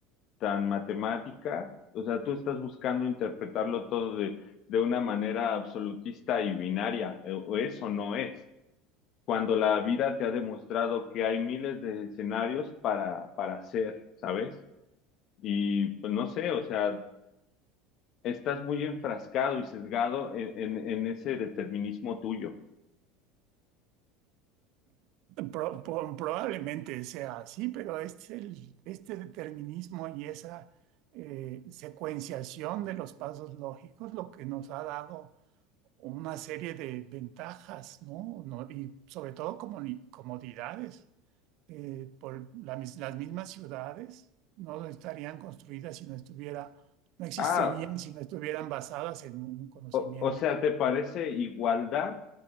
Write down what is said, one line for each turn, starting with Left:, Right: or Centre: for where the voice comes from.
Left: tan matemática, o sea, tú estás buscando interpretarlo todo de, de una manera absolutista y binaria, eh, o es o no es, cuando la vida te ha demostrado que hay miles de escenarios para, para hacer, ¿sabes? Y pues no sé, o sea, estás muy enfrascado y sesgado en, en, en ese determinismo tuyo.
Right: Pro- <laughs> pro- probablemente sea así, pero este, el- este determinismo y esa eh, secuenciación de los pasos lógicos lo que nos ha dado una serie de ventajas, ¿no? No- y sobre todo comuni- comodidades. Eh, por la mis- las mismas ciudades no estarían construidas si no estuviera, no existirían
Left: Ah,
Right: si no estuvieran basadas en un conocimiento
Left: o, o sea, ¿te parece igualdad